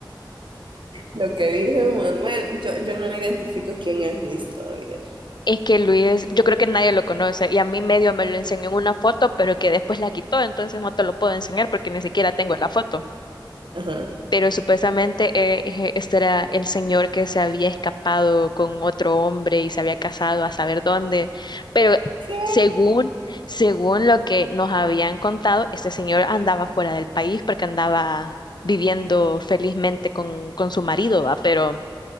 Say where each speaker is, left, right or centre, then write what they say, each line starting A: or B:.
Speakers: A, on the right (about 75°); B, on the left (about 60°).
A: Lo que dijo Manuel, yo, yo no identifico quién es Luis todavía.
B: Es que Luis, yo creo que nadie lo conoce y a mí medio me lo enseñó en una foto, pero que después la quitó, entonces no te lo puedo enseñar porque ni siquiera tengo la foto.
A: Ajá.
B: pero supuestamente eh, eh, este era el señor que se había escapado con otro hombre y se había casado a saber dónde, pero
A: ¿Qué?
B: según, según lo que nos habían contado, este señor andaba fuera del país porque andaba viviendo felizmente con, con su marido, ¿va? Pero,